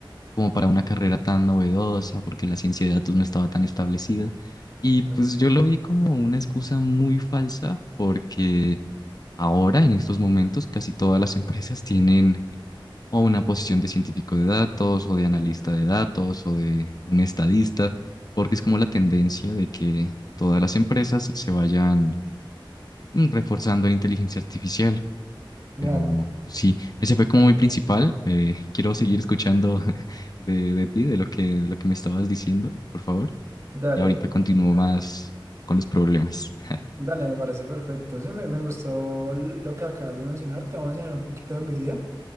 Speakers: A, on the left; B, on the right.
A: como para una carrera tan novedosa, porque la ciencia de datos no estaba tan establecida. Y
B: claro.
A: pues yo lo vi como una excusa muy falsa, porque ahora, en estos momentos, casi todas las empresas tienen o una posición de científico de datos o de analista de datos o de un estadista, porque es como la tendencia de que todas las empresas se vayan mm, reforzando la inteligencia artificial.
B: Claro,
A: Pero pues, sí, ese fue como mi principal. Eh, quiero seguir escuchando <laughs> de, de ti, de lo que, de lo que me estabas diciendo, por favor.
B: dale,
A: Y ahorita continúo más con los problemas. <laughs>
B: dale, me parece perfecto. Sí, me, me gustó lo que acabas de mencionar. Te voy a enseñar un poquito de mi día.